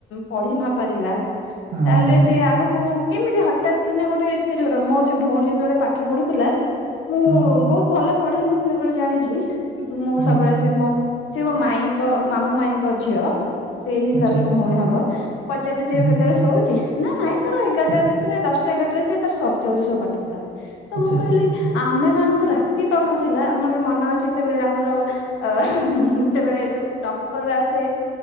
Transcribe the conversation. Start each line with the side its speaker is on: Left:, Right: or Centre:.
Left: ପଢି ନ ପାରିଲା
Right: ହଁ
Left: ତାହେଲେ
Right: ହଁ
Left: ସେ ଆଗକୁ କେମିତି ହଠାତ୍ କିନା ଗୋଟେ ଏତେ ଜୋର ମୋ ସେ ଭଉଣୀ ଯେତେବେଳେ ପାଠ ପଢୁଥିଲା ମୁଁ
Right: ହଁ ହଁ
Left: ବୋହୁତ ଭଲ ପଢେ ମୁଁ ପିଲାବେଳୁ ଜାଣିଛି କିନ୍ତୁ ମୁଁ
Right: ହୁଁ,
Left: ସବୁବେଳେ ସେ ମୋ ସେ ମୋ ମାଇଁଙ୍କ ମାମୁଁ ମାଇଁଙ୍କ ଝିଅ ସେଇ ହିସାବରେ
Right: ଆଚ୍ଛା
Left: ମୋ ଭଉଣୀ ହବ ପଚାରିଲି ସେ ଏଵେ
Right: ହୁଁ,
Left: କେତେବେଳେ ଶୋଉଚି ନା ନାଇଁ ତାର ଏଗାରଟା
Right: ଆଚ୍ଛା
Left: ଭିତରେ ଦଶଟା ଏଗାରଟାରେ ସେ ତାର ସରିଯାଉଛି ସବୁ ପାଠ ପଢା ତ ମୁଁ
Right: ଆଚ୍ଛା
Left: କହିଲି ଆମେମାନଙ୍କୁ ରାତି ପାଉନଥିଲା ମୋର ମନ ଅଛି ସେତେବେଳେ ଆମର ଅ ଯେତେବେଳେ ଯୋଉ ଟ ର ଆସେ